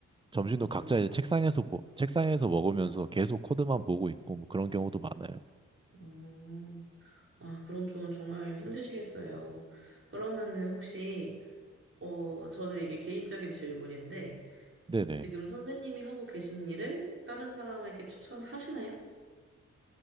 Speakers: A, on the right; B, on the right.
A: 점심도
B: 어,
A: 각자 이제 책상에서 보- 책상에서 먹으면서 계속 코드만 보고 있고 뭐 그런 경우도 많아요.
B: 어, 아, 그런 쪽은 정말 힘드시겠어요. 그러면은 혹시, 어, 저는 이게 개인적인 질문인데,
A: 네네.
B: 지금 선생님이 하고 계신 일을 다른 사람에게 추천하시나요?